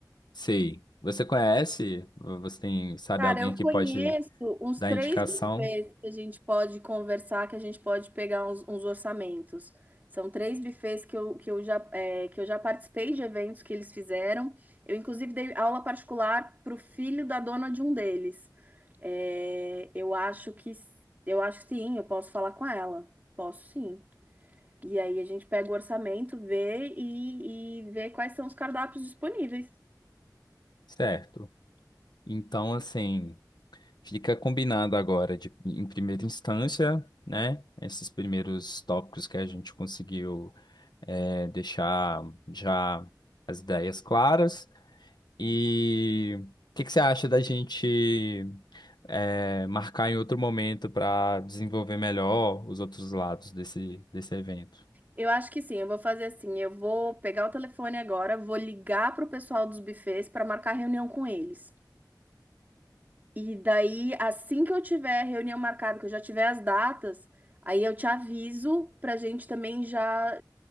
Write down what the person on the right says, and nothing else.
Cara,
eu
conheço
uns
três
bufês que a gente pode conversar, que a gente pode pegar uns, uns orçamentos. São três bufês que eu, que eu já, é, que eu já participei de eventos que eles fizeram. Eu, inclusive, dei aula particular para o filho da dona de um deles. É, eu acho que, eu acho que sim, eu posso falar com ela. Posso sim. E aí a gente pega o orçamento, vê e, e vê quais são os cardápios disponíveis.
Eu acho que sim, eu vou fazer assim, eu vou pegar o telefone agora, vou ligar pro pessoal dos bufês para marcar reunião com eles. E daí, assim que eu tiver reunião marcada, que eu já tiver as datas, aí eu te aviso pra gente também já